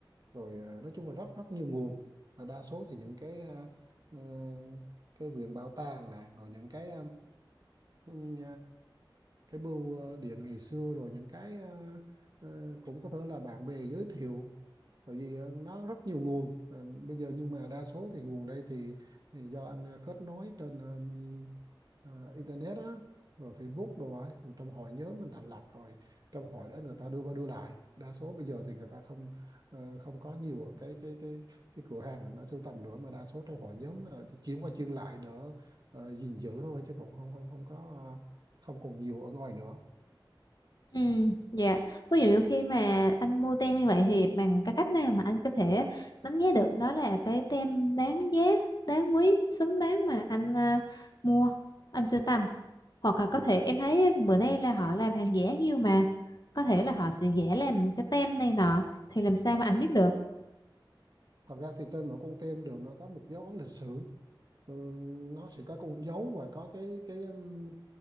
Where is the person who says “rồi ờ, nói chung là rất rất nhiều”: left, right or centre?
Right